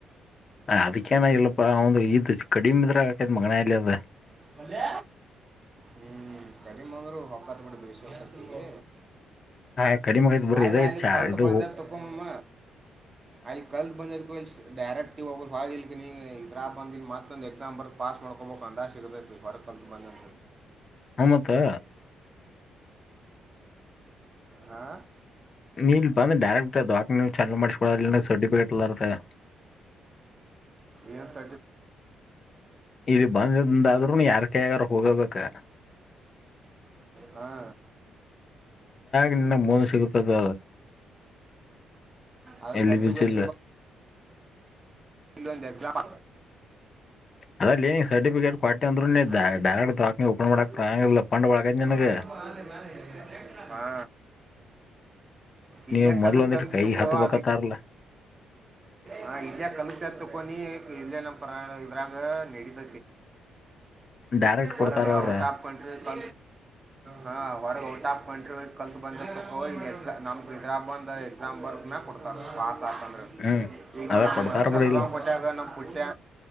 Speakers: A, on the left; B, on the right.
A: ಹ ಅದಕ್ಕೇಏನ ಇಲ್ಲಪ್ಪಾ ಅವಂದ ಇದ್ ಕಡಿಮೆ ಇದ್ರಾಗ ಆಕೈತ್ ಮಗನ ಅಲ್ಲಿ ಅದ
B: ಮಲ್ಯ ಹ್ಮ್ ಕಡಿಮೆ ಅಂದ್ರು ಹೊಕ್ಕತ್ ಬಿಡಿ ಬೇಸಿ ಹೊಕ್ಕತ
A: ಹಾ ಕಡಿಮೆ ಆಗೈತ್ ಬರ್ರಿ
B: ಅ
A: ಇದ
B: ಅಲ್ಲಿ
A: ಚಾ
B: ಕಲ್ತ್
A: ಇದು
B: ಬಂದ
A: ಹ
B: ತಕೊಮ್ಮ ಅಲ್ಲಿ ಕಲ್ತ್ ಬಂದ ಡೈರೆಕ್ಟ ಹೊಳ ಇಲ್ ನೀ ಇದ್ರ ಬಂದಿ ಮತ್ತೊಂದು ಎಕ್ಸಾಮ್ ಬರ್ದ ಪಾಸ್ ಮಾಡಕೋಬೇಕು ಅಂದಗ ಸಿಗತ್ತತಿ ಮತ್ತು ಹರಕತು ಮಾನಂ
A: ಹ ಮತ್ತೆ
B: ಹಾ
A: ನೀ ಇಲ್ಲೆ ಬಂದ ಡೈರೆಕ್ಟ್ ದವಾಖಾನೆ ನೀ ಚೆಕ್ ಮಾಡ್ಸ್ಕೊ ಸರ್ಟಿಫಿಕೇಟ್ ಎಲ್ಲರ ತಗೋ
B: ಏನು ಸ
A: ಇಲ್ಲಿ ಬಂದಂದಾದ್ರರುನು ಯಾರ್ಕಗಾರ ಹೋಗಬೇಕ <unintelligible>
B: ಹಾ
A: ಇನ್ನ ಮಂದ ಸಿಗತದ
B: ಅದು
A: ಎಲ್ಲಿಬಿಸಿಲ್ಲ
B: ಸರ್ಟಿಫಿಕೇಟ್ ಇಲ್ಲೊಂದ್ ಎಕ್ಸಾಮ್
A: ಅದಲ್ಲಿ
B: ಈಗಲ
A: ಸರ್ಟಿಫಿಕೇಟ್ ಕೊಟ್ಟೆ ಅಂದ್ರೂ
B: ಎ
A: ಡೈರೆಕ್ಟ್ ದವಾಖಾನಿ ಓಪನ್ ಮಾಡಕ್
B: ತಿ
A: ಆಗಂಗಿಲ್ಲ ಪಂಡ್ ಒಳಗ ನಿನಗ
B: <unintelligible> ಹಾ ಇಲ್ಲಯ
A: ನೀವ್
B: ಕಲತೆ
A: ಮೊದ್ಲ ಒಂದಿಟ್
B: ಅಂತ
A: ಕೈ
B: ತಿಳ್ಕೊ
A: ಹತ್ಬೇಕತ್ತಾರಲ್ಲ
B: <unintelligible> ಹ ಹ ಇಲ್ಲೇ ಕಲಿತ ಕೊನ ಇಲ್ಲ ನ ಪಾಣರಾಗ ನಡಿತ
A: ಡೈರೆಕ್ಟ್ ಕೊಡ್ತಾರ
B: ವರ್ಗ
A: ಅವ್ರ
B: ಔಟ್ ಆಫ್ ಕಂಟ್ರಿ ಕ ಹ ವರ್ಗ ಔಟ್ ಆಫ್ ಕಂಟ್ರಿ ಕಲ್ತ್ ಬಂದ ನಮ್ ಇದ್ರಾ ಬಂದ್ ಎಕ್ಸಾಮ್ ಬರ್ನ ಕೊಡ್ತಾರೆ ಸ್ವಾತಂತ್ರ
A: ಹ್ಮ್
B: ಈ <unintelligible>
A: ಅದ ಕೊಡ್ತಾರ
B: ಚಂದ್ರಂಗ
A: ಬಿಡಿ ಇಲ್ಲ
B: ಹೊಟ್ಟಾಗ ನಮ್ಮ ಪುಟ್ಟ್ಯ